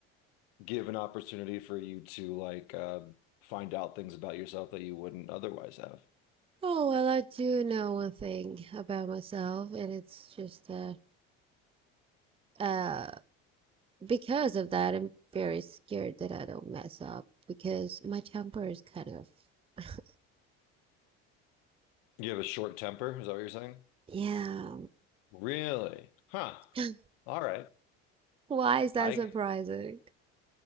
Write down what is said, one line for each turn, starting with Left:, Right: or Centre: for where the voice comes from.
Left: give an opportunity for you to like uh, find out things about yourself that you wouldn't otherwise have
Right: Oh, well, I do know one thing about myself, and it's just that uh, because of that, I'm very scared that I don't mess up because my temper is kind of. <laughs>
Left: you have a short temper is that what you're saying
Right: Yeah.
Left: really huh
Right: <laughs>
Left: all right
Right: Why is that
Left: I
Right: surprising?